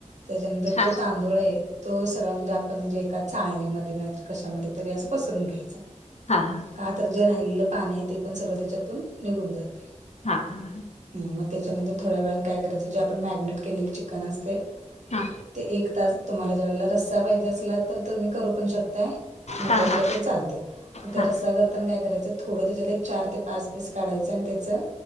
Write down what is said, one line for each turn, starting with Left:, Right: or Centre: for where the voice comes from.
Right: त्याच्यानंतर
Left: हा
Right: तो तांदूळ आहे तो सगळा म्हणजे आपण म्हणजे एका चाळणीमध्ये नाहीतर कशामध्ये तरी असं पसरून घ्यायचा.
Left: हा हा.
Right: का तर जे राहिलेल पाणी आहे ते पण सगळं त्याच्यातून निघून जातय.
Left: हा हा.
Right: ह मग त्याच्यानंतर थोड्या वेळानं काय करायचं जे आपण मॅरीनेट केलेले चिकन असतय
Left: हा
Right: ते एक तास तुम्हाला ज्यावेळेला रस्सा पाहिजे असला तर तुम्ही करू <inaudible> नको
Left: हा हा
Right: असला तरी चाल मग
Left: हा
Right: रस्सा करताना काय करायच थोडं त्याच्यात एक चार ते पाच पीस काढायचं आणि त्याचं